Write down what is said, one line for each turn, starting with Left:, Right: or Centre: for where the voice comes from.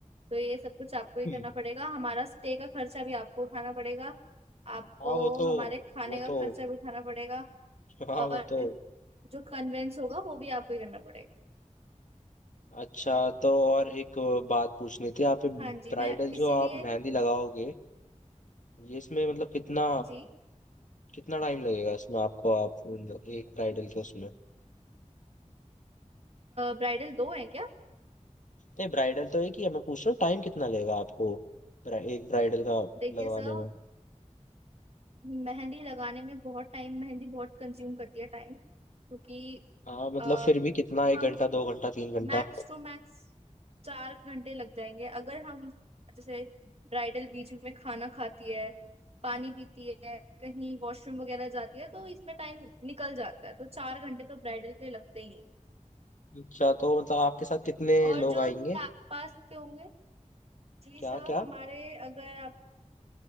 Right: तो ये सब कुछ आपको ही
Left: हम्म,
Right: करना पड़ेगा हमारा स्टे का खर्चा भी आपको उठाना पड़ेगा आपको
Left: हाँ वो तो
Right: हमारे खाने
Left: वो
Right: का
Left: तो
Right: खर्चा भी उठाना पड़ेगा
Left: हाँ
Right: और
Left: वो तो
Right: जो कन्वेंस होगा वो भी आपको ही करना पड़ेगा
Left: अच्छा तो और एक बात पूछनी थी आप ब्राइडल
Right: हाँ जी मैं इसीलिए
Left: जो आप मेहंदी लगाओगे ये इसमें मतलब कितना
Right: जी
Left: कितना टाइम लगेगा इसमें आपको आप एक ब्राइडल के उसमें
Right: ब्राइडल दो है क्या
Left: नहीं ब्राइडल तो एक ही है मैं पूछ रहा हूँ टाइम कितना लेगा आपको ब्रा- एक ब्राइडल का
Right: देखिए
Left: लगवाने
Right: सर
Left: में
Right: मेहंदी लगाने में बहुत टाइम मेहंदी बहुत कंज्यूम करती है टाइम क्योंकि
Left: हाँ मतलब
Right: अ,
Left: फिर भी कितना एक
Right: हम
Left: घंटा दो घंटा तीन घंटा
Right: मैक्स टू मैक्स चार घंटे लग जाएंगे अगर हम जैसे ब्राइडल बीच में खाना खाती है पानी पीती है कहीं वॉशरूम वगैरह जाती है तो इसमें टाइम निकल जाता है तो चार घंटे तो ब्राइडल के लगते ही है
Left: अच्छा तो मतलब आपके साथ कितने
Right: और
Left: लोग
Right: जो
Left: आएंगे
Right: आसपास के होंगे जी
Left: क्या
Right: सर
Left: क्या
Right: हमारे अगर आप